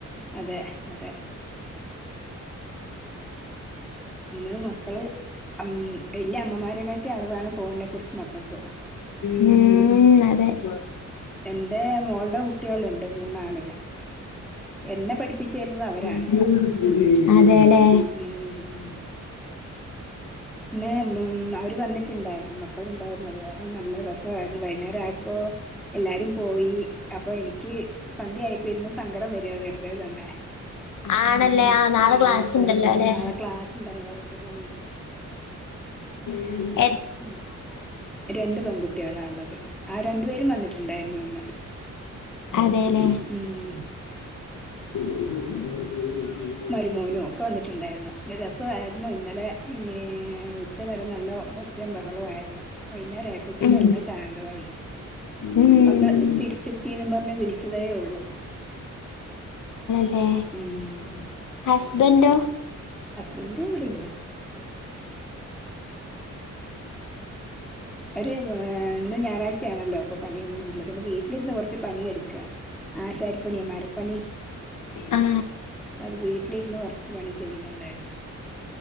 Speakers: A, in the centre; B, on the left (about 85°).
A: അതെ അതെ പിന്ന മക്കള് ഹ്മ്മ് വല്യയ അമ്മമാരെക്കാട്ടി അറിവാണ് ഫോണിനെ കുറിച്ച് മക്കൾക്ക്
B: ഹ്മ്മ് അതെ <inaudible>
A: എന്റെ മോളുടെ കുട്ടികളുണ്ട് മൂന്നാള് എന്നെ പഠിപ്പിച്ചു തരുന്നത് അവരാണ്
B: ഹ്മ്മ് അതെലെ
A: ഹ്മ്മ് പിന്ന ഹ്മ്മ് അവര് വന്നിട്ടുണ്ടായിരുന്നു മക്കളുണ്ടായിരുന്നുഅതുവരെ നല്ല രസായിരുന്നു വൈകുന്നേരാപ്പോ എല്ലാരും പോയി അപ്പൊ എനിക്ക് സന്ധ്യ ആയപ്പോ ഇരുന്ന് സങ്കടം വരാ വെറുതെ തന്നെ
B: ആണല്ലേ
A: മ
B: ആ നാളെ
A: ഏഹ്
B: ക്ലാസ്
A: മക്കള
B: ഉണ്ടല്ലോ
A: ഓർത്തിട്ട്
B: അല്ലെ
A: നാളെ ക്ലാസ്ണ്ടല്ലോ അതോണ്ട് പോയി.
B: ഹ്മ്മ്
A: ഹ്മ്മ് രണ്ട് പെൺകുട്ടികളാ ഇള്ളത് ആ രണ്ടു പേരും വന്നിട്ടുണ്ടായിരുന്നു അന്ന്
B: അതെലേ
A: ഹ്മ്മ്
B: <inaudible>
A: മരുമോനും ഒക്കെ വന്നിട്ടുണ്ടായിരുന്നു നല്ല രസവായിരുന്നു ഇന്നലെ ഈ ഉച്ചവരെ നല്ല വമ്പം ഒച്ചേ ബഹളവു ആയിരുന്നു. വൈകുന്നേരം ആഴപ്പോത്തേക്കും
B: ഉം
A: എല്ലാം ശാന്തളായി.
B: ഉം
A: മക്കള് തിരിച്ചെത്തിന്നും പറഞ്ഞ് വിളിച്ചതേ ഒള്ളൂ
B: ഏഹ്,
A: ഉം
B: ഹസ്ബന്റൊ
A: ഹസ്ബന്റ് ഇവിടെണ്ട്. അവര് ഏഹ് ഇന്ന് ഞായറാഴ്ചയാണല്ലോ അപ്പൊ പണിയൊന്നുല്ല പിന്നെ വീട്ടിലിരുന്ന് കൊറച്ച് പണി എടുക്ക ആശാരി പണി മരപ്പണി
B: ആ
A: അപ്പ അത് വീട്ടിലിരുന്ന് കൊറച്ച് പണി ചെയ്യുന്നുണ്ടായിരുന്നു